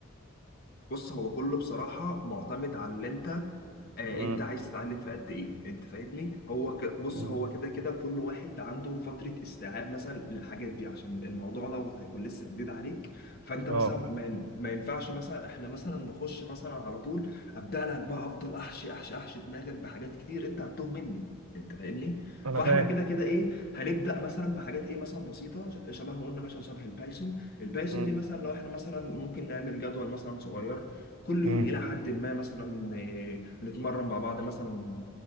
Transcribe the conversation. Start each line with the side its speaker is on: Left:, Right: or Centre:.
Left: بص هو كله بصراحة معتمد على اللي انت آه
Right: امم
Left: انت عايز تتعلم في قد ايه انت فاهمني هو ك... بص
Right: إمم.
Left: هو كده كده كل واحد عنده فترة استيعاب مثلا للحاجات دي عشان الموضوع دوت هيكون لسه جديد عليك فانت
Right: اه
Left: مثلا ما, ين- ما ينفعش مثلا احنا مثلا نخش مثلا على طول ابدا لك بقى افضل احشي احشي احشي دماغك بحاجات كتير انت هتتوه مني انت فاهمني
Right: انا
Left: فاحنا
Right: فاهم
Left: كده كده ايه هنبدا مثلا بحاجات ايه مثلا بسيطه ش- شبه ما قلنا مثلا شبه البايثون البايثون
Right: امم
Left: دي مثلا لو احنا مثلا ممكن نعمل جدول مثلا صغير كل يوم
Right: إمم.
Left: الى حد ما مثلا آه، نتمرن مع بعض مثلا